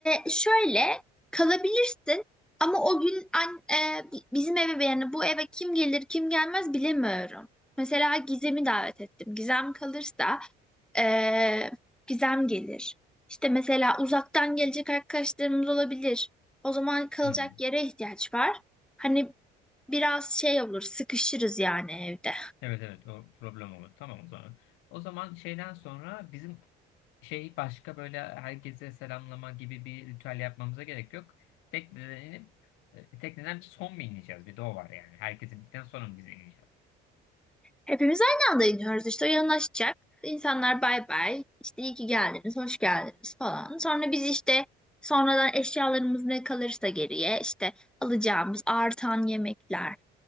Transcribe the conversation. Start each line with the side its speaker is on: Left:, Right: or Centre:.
Centre: e, şöyle kalabilirsin ama o gün an, e, bi- bizim eve yani bu eve kim gelir kim gelmez bilemiyorum. Mesela Gizem'i davet ettim. Gizem kalırsa e, Gizem gelir. İşte mesela uzaktan gelecek arkadaşlarımız olabilir. O zaman kalacak
Left: Hmm.
Centre: yere ihtiyaç var. Hani biraz şey olur sıkışırız yani evde.
Left: Evet evet o problem olur. Tamam o zaman. O zaman şeyden sonra bizim şey başka böyle herkese selamlama gibi bir ritüel yapmamıza gerek yok. Tekneden inip e, tekneden son mu ineceğiz? Bir de o var yani. Herkes indikten sonra mı biz ineceğiz?
Centre: Hepimiz aynı anda iniyoruz işte o yanaşacak. İnsanlar bay bay işte iyi ki geldiniz, hoş geldiniz falan. Sonra biz işte sonradan eşyalarımız ne kalırsa geriye işte alacağımız artan yemekler,